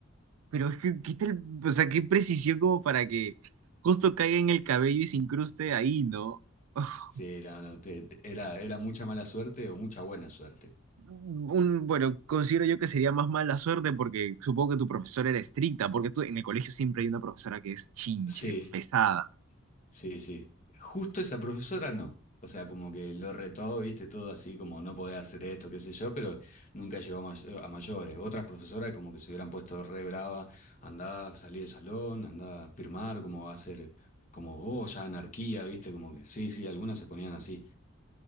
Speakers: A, on the right; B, on the left.
A: Pero es que, ¿qué tal? O sea, qué precisión como para que justo caiga en el cabello y se incruste ahí, ¿no? <laughs>
B: Sí, era, no, te- te- era, era mucha mala suerte o mucha buena suerte.
A: Un, bueno, considero yo que sería más mala suerte porque supongo que tu profesora era estricta, porque tú en el colegio siempre hay una profesora que es chinche,
B: Sí.
A: pesada.
B: Sí, sí. Justo esa profesora no. O sea, como que lo retó, viste, todo así, como no podés hacer esto, qué sé yo, pero nunca llegó a, may- a mayores. Otras profesoras como que se hubieran puesto re brava, andá, salí del salón, andá a firmar, como va a ser, como, oh, ya anarquía, viste, como que, sí, sí, algunas se ponían así.